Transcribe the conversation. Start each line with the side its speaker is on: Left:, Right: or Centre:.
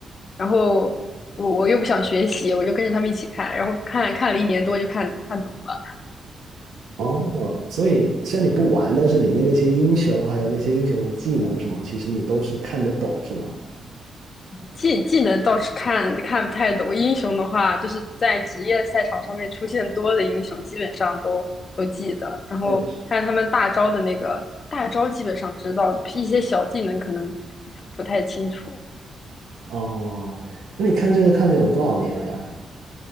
Left: 然后我我又不想学习，我就跟着他们一起看，然后看看了一年多就看看懂了。
Right: 哦，所以虽然你不玩，但是里面那些英雄还有那些英雄的技能什么，其实你都是看得懂，是吗？
Left: 技技能倒是看看不太懂，英雄的话，就是在职业赛场上面出现多的英雄，基本上都都记得。然后看他们大招的那个大招，
Right: 认识。
Left: 基本上知道，一些小技能可能不不太清楚。
Right: 哦，那你看这个看了有多少年了呀？